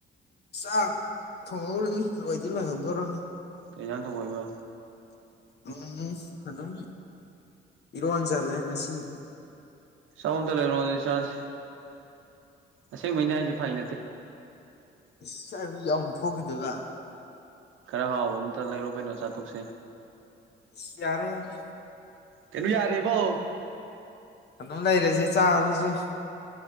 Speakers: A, on the left; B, on the right.
A: ꯆꯥꯛ ꯊꯣꯡꯍꯧꯔꯤꯕꯅꯤ ꯂꯣꯏꯗꯤ ꯂꯣꯢꯍꯧꯗꯣꯔꯝꯅꯤ
B: ꯀꯩ ꯖꯥꯡ ꯊꯣꯡꯍꯧꯏꯕ
A: ꯎꯝ ꯑꯗꯨꯝ ꯏꯔꯣ ꯖꯟꯂꯦ ꯉꯁꯤꯗꯤ
B: ꯆꯧ ꯑꯃꯇ ꯂꯩꯔꯛꯑꯣ ꯑꯗꯨꯗꯤ ꯆꯥꯁꯤ ꯑꯁꯦꯡꯕꯩꯅꯦ ꯍꯥꯏꯁꯤ ꯐꯒꯤꯅꯠꯇꯦ
A: ꯢꯁ ꯑꯩ ꯑꯃꯨꯛ ꯌꯥꯎꯊꯣꯛꯈꯤꯗꯅ
B: ꯈꯔ ꯍꯥꯎꯕ ꯑꯝꯇ ꯂꯩꯔꯣ ꯀꯩꯅꯣ ꯆꯥꯊꯣꯛꯁꯦ
A: ꯏꯁ ꯌꯥꯔꯦ ꯌꯥꯔꯦ
B: ꯀꯩꯅꯣ ꯌꯥꯔꯦ ꯕꯣ
A: ꯑꯗꯨꯝ ꯂꯩꯔꯁꯦ ꯆꯥꯔꯣꯏꯁꯦ